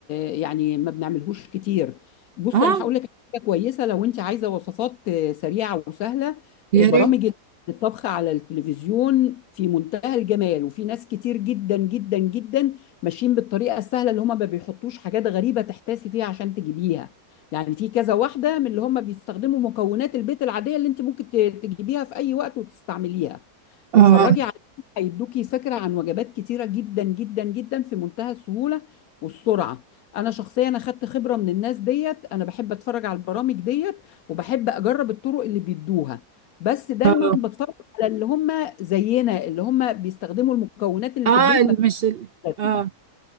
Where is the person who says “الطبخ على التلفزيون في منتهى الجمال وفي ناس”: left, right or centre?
Left